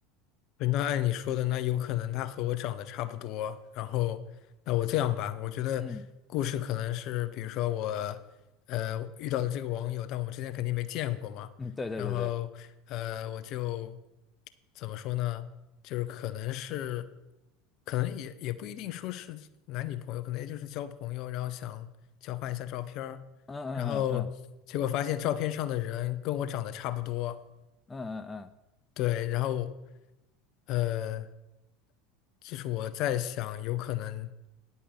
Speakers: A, on the left (about 50°); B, on the left (about 15°).
A: 对那按你说的，那有可能他和我长得差不多。然后，那我这样吧，我觉得故事可能是，
B: 嗯
A: 比如说我，呃，遇到的这个网友，但我们之前肯定没见过嘛。
B: 嗯，对对对对，
A: 然后，呃，我就怎么说呢？就是可能是，可能也也不一定说是男女朋友，可能也就是交朋友，然后想交换一下照片儿。
B: 嗯嗯嗯嗯
A: 然后结果发现照片上的人跟我长得差不多，
B: 嗯嗯嗯。
A: 对，然后，呃。就是我在想，有可能